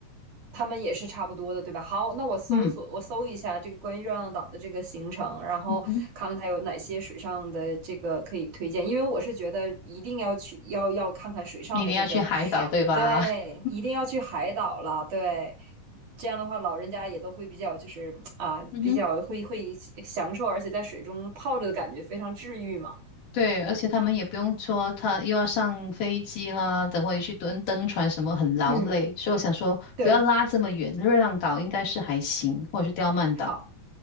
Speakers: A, on the right; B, on the left.
A: 他们也是差不多的，对吧？好，那我搜索，
B: 嗯
A: 我搜一下这个关于热浪岛的这个行程，然后看看它有哪些水上的这个可以推荐。
B: 嗯哼，
A: 因为我是觉得一定要去，要要看看水上的这个，
B: 一定要去海岛，对吧？
A: 对，
B: <laughs>
A: 一定要去海岛了，对。这样的话，老人家也都会比较就是啊，
B: 嗯哼，
A: 比较会会享受，而且在水中泡着的感觉非常治愈嘛。
B: 对，而且他们也不用说他又要上飞机啦，等会去蹲登船什么很劳累，
A: 嗯，
B: 所以我想说不要拉这么远，
A: 对，
B: 热浪岛应该是还行，或者是刁曼岛。
A: 好。